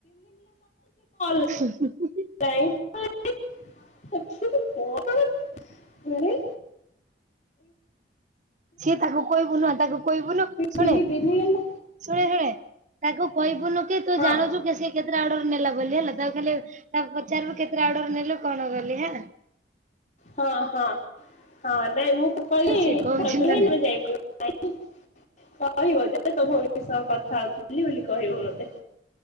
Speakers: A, on the right; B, on the left.
A: <unintelligible>
B: <unintelligible> ଟାଇମ୍ ତ ନାଇ <unintelligible> ଘରେ।
A: ସିଏ ତାକୁ କହିବୁ ନହଁ ତାକୁ କହିବୁନୁ ଶୁଣେ
B: ତିନି ଦିନ ହେଲା
A: ଶୁଣେ ଶୁଣ ତାକୁ କହିବୁନୁ କି ତୁ
B: ହଁ
A: ଜାୁଣୁଛୁ କେ ସେ କେତେଟା ଅଡର ନେଲା ବୋଲି ହେଲା। ତାକୁ ଖାଲି ତାକୁ ପଚାରିବୁ କେତେଟା ଅଡ଼ର ନେଲୁ କଣ କଲି ହେଲା।
B: ହଁ ହଁ ହଁ ନାଇଁ ମୁଁ ତ
A: ସିଏ କହୁଛି ନା ନାଇଁ।
B: <unintelligible> <inaudible> କହିବ ଯେ ତ <inaudible> ଭଉଣୀ ସହ କଥା ହଉଥିଲି ବୋଲି କହିବ ମତେ।